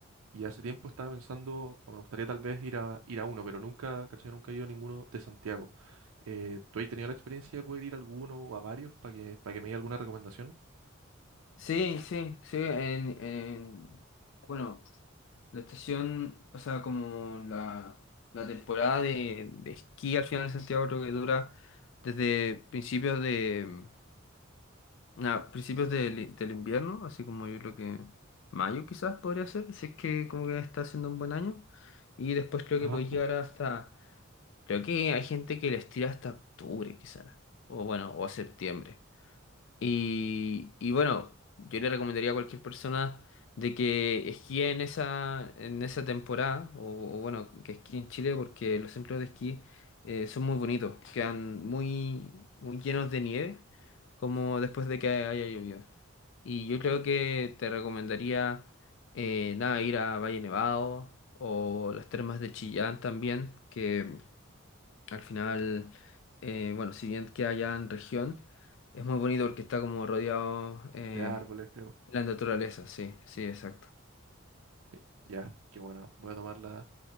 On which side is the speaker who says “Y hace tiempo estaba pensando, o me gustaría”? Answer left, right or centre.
Right